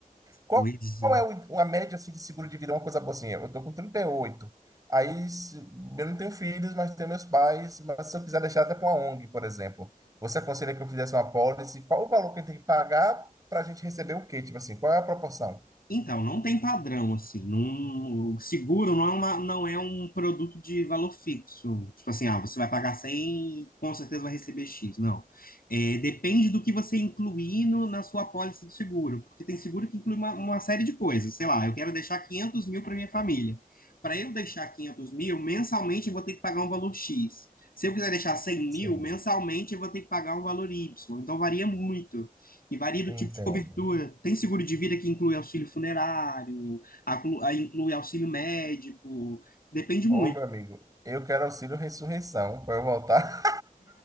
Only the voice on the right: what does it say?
Qual,
qual
é o- a média assim, de seguro de vida? É Uma coisa boa assim, eu tô com 38. Aí se- eu não tenho filhos, mas tenho meus pais. Mas se eu quiser deixar até para uma ONG, por exemplo, você aconselha que eu fizesse uma apólice? Qual o valor que a gente tem que pagar para a gente receber o quê? Tipo assim, qual é a proporção?
Sim,
entendo.
Ô, meu amigo, eu quero auxílio ressurreição para eu voltar.